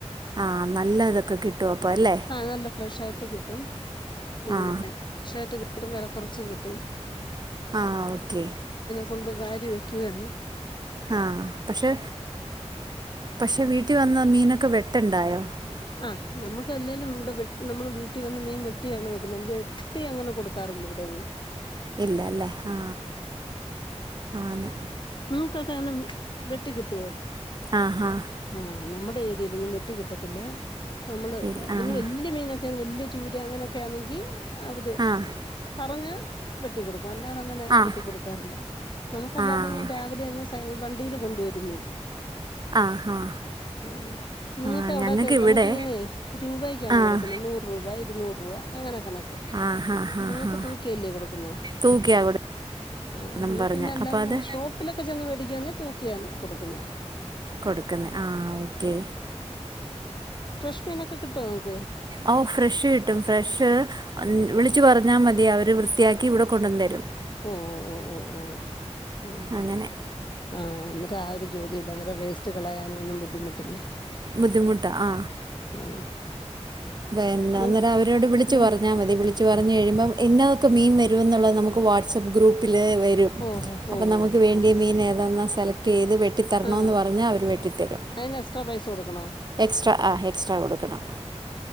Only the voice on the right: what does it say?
ആ നല്ല ഇതൊക്കെ കിട്ടും അപ്പോൾ അല്ലേ
ആഹ്
ആ ഓക്കെ
ആ പക്ഷെ പക്ഷെ വീട്ടി വന്ന മീനൊക്കെ വെ- ട്ടണ്ടായോ <unintelligible>
ഇല്ലല്ലേ ആ അങ്ങനെ
ആഹ് ആഹ്
ഇൽ
ആഹ്
ആഹ്
ആഹ്
ആഹ്
ആഹ് ആഹ്
ആഹ്
ഞങ്ങൾക്ക് ഇവിടെ
ആഹ്
ആഹ് ആഹ് ആഹ്
ആഹ്
തൂക്കിയാ
കൊടുക്കുന്നും
പറഞ്ഞ്
അപ്പോൾ അത്
കൊടുക്കുന്നെ ആ ഓക്കേ
ഓ ഫ്രഷ് കിട്ടും ഫ്രഷ് വിളിച്ച് പറഞ്ഞാ മതി അവര് വൃത്തിയാക്കി ഇവിടെ കൊണ്ടന്ന് തരും
അങ്ങനെ
ബുദ്ധിമുട്ടാ ആ
പിന്നെ
അന്നേരം അവരോട് വിളിച്ചു
പറഞ്ഞാ മതി വിളി <unintelligible> ച്ച് പറഞ് കഴിയുമ്പം ഇന്നതൊക്കെ മീൻ വരു എന്നുള്ളത് നമുക്ക് വാട്സ്ആപ്പ് ഗ്രൂപ്പിൽ വരും
അപ്പം
നമുക്ക്
വേണ്ടിയെ
മീൻ ഏതാന്ന് <unintelligible> ഏത് വെട്ടിത്തരണോന്ന്
പറഞ്ഞാ അവർ വെട്ടിത്തരും
എക്സ്ട്രാ ആ എക്സ്ട്രാ കൊടുക്കണം